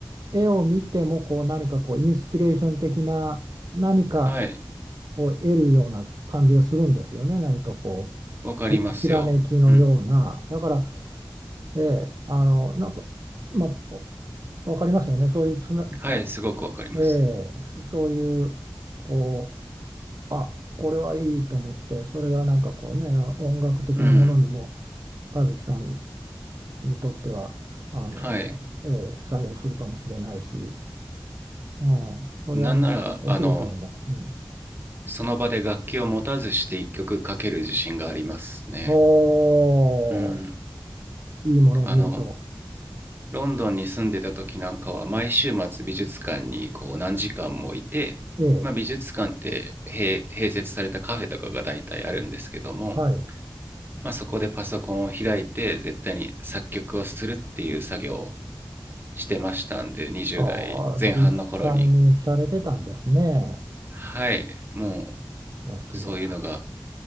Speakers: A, on the right; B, on the right.
A: 絵を見てもこう何かこうインスピレーション的な何か
B: はい、
A: を得るような感じがするんですよね。何かこうひ、
B: わかりますよ。
A: ひらめきのような。
B: うん、
A: だから、ええ、あの、なんか、まあ、わかりますよね。そういうつな、
B: はい、すごくわかります。
A: ええ、そそういう、こう、あ、これはいいと思って、それがなんかこうね、音楽的なものにも、
B: うん、
A: 和樹さんにとっては、あの、
B: はい、
A: ええ、採用するかもしれないし、うん、それはあの、
B: なんなら、
A: しお仕事にも、
B: あの、
A: うん、
B: その場で楽器を持たずして一曲かける自信がありますね。
A: お
B: うん、
A: ー、いいものを見ると、
B: あの、ロンドンに住んでた時なんかは毎週末美術館にこう何時間もいて、
A: ええ、
B: まあ、美術館って併併設されたカフェとかが大体あるんですけども
A: はい、
B: まあ、そこでパソコンを開いて絶対に作曲をするっていう作業をしてましたんで20代前半の頃に
A: ああ、実際にされてたんですね、
B: はいもう
A: さすが、
B: そういうのが